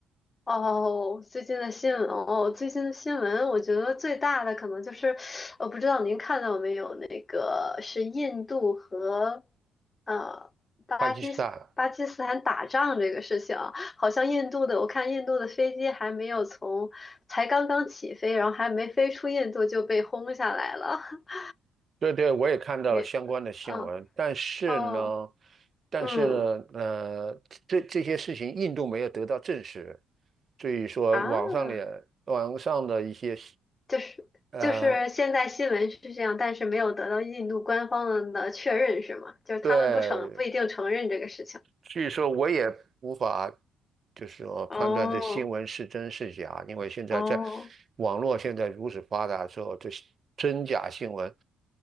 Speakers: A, on the left (about 30°); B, on the right (about 40°).
A: 哦，最近的新闻哦，最近的新闻，我觉得最大的可能就是，我不知道您看到没有，那个是印度和呃巴基斯巴基斯坦打仗这个事情啊，
B: 巴基斯坦，
A: 好像印度的，我看印度的飞机还没有从，才刚刚起飞，然后还没飞出印度就被轰下来了。<laughs>
B: 对对，我也看到了相关的新闻，
A: 你，嗯，
B: 但是呢，
A: 哦，
B: 但是呢，
A: 嗯，
B: 呃，这这些事情印度没有得到证实，所以说网上的网上的一些，
A: 啊。就是就是现在新闻是这样，
B: 呃。
A: 但是没有得到印度官方的确认，是吗？就是他们不承不一定承认这个事情。
B: 对，所以说我也无法，就是说判断这新闻是真是假，
A: 哦
B: 因为现在在
A: 哦
B: 网络现在如此发达之后，这真假新闻